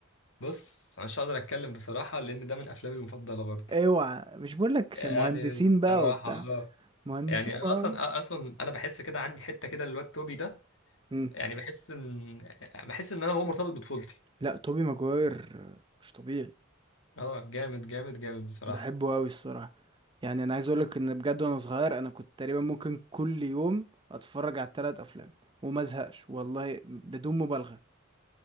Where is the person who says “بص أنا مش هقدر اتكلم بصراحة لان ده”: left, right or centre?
Left